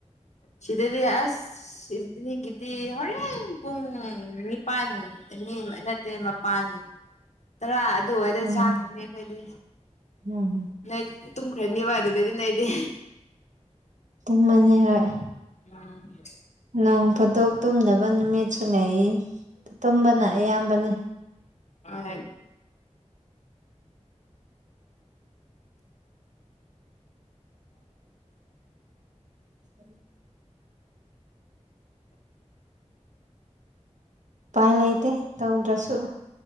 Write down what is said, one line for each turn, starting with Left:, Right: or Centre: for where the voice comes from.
Left: ꯁꯤꯗꯗꯤ ꯑꯁ ꯏꯕꯤꯅꯤꯡꯒꯤꯗꯤ ꯍꯣꯔꯦꯟ ꯄꯨꯡ ꯅꯤꯄꯥꯟ ꯑꯅꯤ ꯑꯅꯤꯡꯕ ꯅꯠꯇꯦ ꯃꯄꯥꯟ ꯇꯔꯥ ꯑ ꯑꯗꯨ ꯑꯣꯏꯗꯤ
Right: ꯎꯝ
Left: ꯆꯥꯛꯈꯔꯅꯤ ꯑꯩꯈꯣꯏꯗꯤ
Right: ꯎꯝ
Left: ꯅꯦꯛ ꯇꯨꯝ ꯈꯔꯅꯦꯕ ꯑꯗꯨꯗꯒꯤꯅꯦ ꯑꯩꯗꯤ
Right: ꯇꯨꯝꯃꯅꯤ ꯍꯣꯏ
Left: ꯎꯝ
Right: ꯅꫭꯡ ꯐꯥꯗꯣꯛ ꯇꯨꯝꯗꯅꯕ ꯅꯨꯃꯤꯠꯁꯨ ꯂꯩ ꯇꯨꯝꯕꯅ ꯑꯌꯥꯝꯕꯅꯦ
Left: ꯑ ꯑꯣ
Right: ꯎꯝ ꯎꯄꯥꯏ ꯂꯩꯇꯦ ꯇꯧꯗ꯭ꯔꯁꯨ